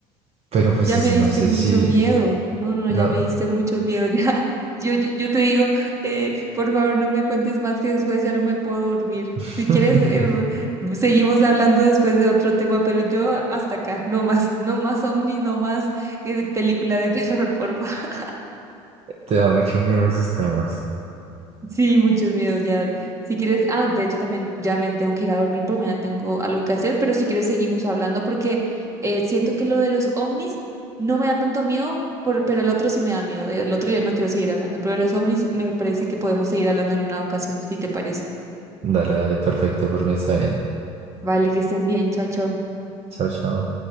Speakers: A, on the right; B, on the right.
A: pero pues
B: Ya
A: eso
B: me diste
A: no sé
B: mucho
A: si,
B: miedo. No, no, no,
A: no.
B: ya me diste mucho miedo. <laughs> Ya, yo, yo, yo te digo, eh, por favor, no me cuentes más que después ya no me puedo dormir.
A: <laughs>
B: Si quieres, eh, seguimos hablando después de otro tema, pero yo hasta acá, no más, no más ovnis, no más eh, película de <laughs> terror, por favor.
A: Te da mucho miedo esos temas.
B: Sí, muchos miedos ya. Si quieres, ah, de hecho también ya me tengo que ir a dormir porque mañana tengo algo que hacer, pero si quieres seguimos hablando porque eh, siento que lo de los ovnis no me da tanto miedo, por- pero el otro sí me da miedo. Del otro ya no quiero seguir hablando, pero de los ovnis me parece que podemos seguir hablando en una ocasión, si te parece.
A: Dale, dale, perfecto, por mí está bien.
B: Vale, que estés bien, chao, chao.
A: Chao, chao.